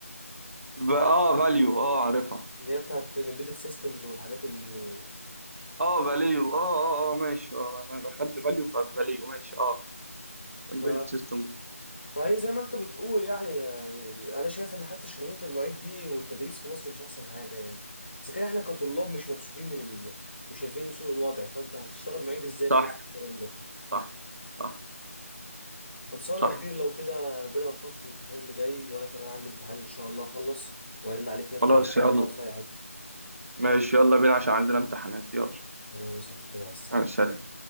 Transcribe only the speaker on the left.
اللي هي بتاعت الامبيدد سيستمز والحاجات اللي
ف...
فهي زي ما انت بتقول يعني آه، انا شايف ان حتى شغلانه المعيد دي والتدريس في مصر مش احسن حاجه يعني اذا كان احنا كطلاب مش مبسوطين من ال... وشايفين سوء الوضع فانت هتشتغل معيد ازاي في
وسط الكلام ده
خلصانه
يا كبير لو كده ربنا يوفقك في الامتحان اللي جاي وانا كمان عندي امتحان ان شاء الله اخلص وارن عليك نطلع
نتقابل
نقعد في اي حته
تمام يا صديقي مع السلامه